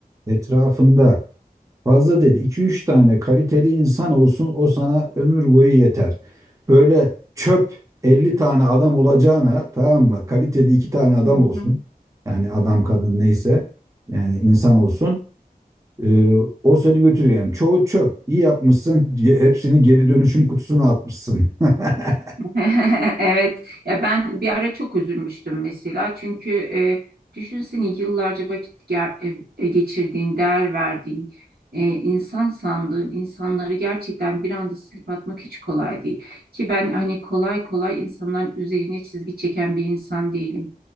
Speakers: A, on the right (about 20°); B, on the right (about 80°).
A: Etrafında fazla dedi. iki üç tane kaliteli insan olsun o sana ömür boyu yeter. Böyle çöp 50 tane adam olacağına tamam mı? Kaliteli 2 tane adam
B: Hı
A: olsun.
B: hı.
A: Yani adam kadın neyse yani insan olsun. Ee, o seni götürüyor. Yani çoğu çöp. İyi yapmışsın. Hepsini geri dönüşüm kutusuna atmışsın. <laughs>
B: <laughs> Evet, ya ben bir ara çok üzülmüştüm mesela çünkü e, düşünsene yıllarca vakit ger- e, e, geçirdiğin, değer verdiğin, e, insan sandığın insanları gerçekten bir anda silip atmak hiç kolay değil. Ki ben hani kolay kolay insanların üzerine çizgi çeken bir insan değilim.